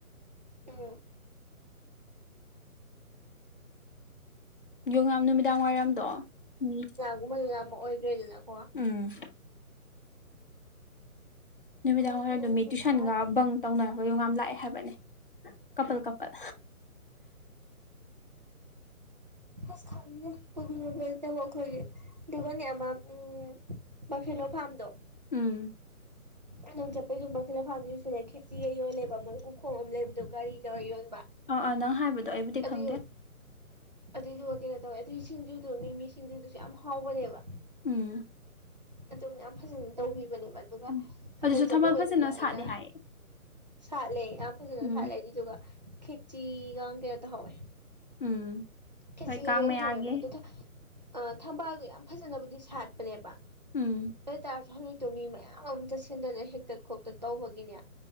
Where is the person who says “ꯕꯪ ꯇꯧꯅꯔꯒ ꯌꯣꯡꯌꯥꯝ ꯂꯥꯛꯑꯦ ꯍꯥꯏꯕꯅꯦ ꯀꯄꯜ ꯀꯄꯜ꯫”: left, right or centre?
Left